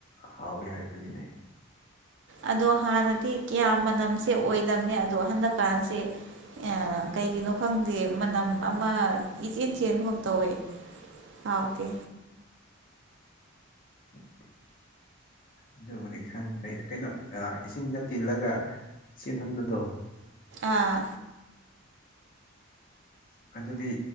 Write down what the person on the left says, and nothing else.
ꯍꯥꯎꯋꯦ ꯍꯥꯏꯕꯅꯤꯅꯦ
ꯎꯝ ꯎ ꯑꯗꯨꯕꯨꯗꯤ ꯈꯪꯗ꯭ꯔꯦ ꯀꯩꯅꯣ ꯏꯁꯤꯡꯗ ꯇꯤꯜꯂꯒ ꯆꯦꯟꯍꯟꯕꯗꯣ
ꯎ ꯑꯗꯨꯗꯤ